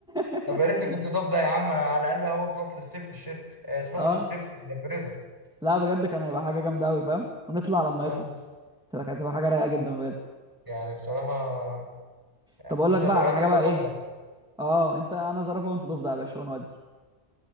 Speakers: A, in the centre; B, on the right.
A: <laughs>
B: طب يا ريتني كنت ضاف ده يا عم على الاقل اهو فصل الصيف في الشتاء آه، فصل
A: اه
B: الصيف في الفريزر
A: لا بجد كان هيبقى حاجه جامده قوي فاهم ونطلع لما
B: اه
A: يخلص تبقى كانت تبقى حاجه رايقه جدا بجد
B: يعني بصراحه
A: طب اقول
B: كنت
A: لك بقى
B: اتمنى
A: على حاجه
B: ابقى
A: بقى
B: ضاف
A: ايه
B: ده
A: اه انت انا زرافه وانت ضفدع يا باشا ونودي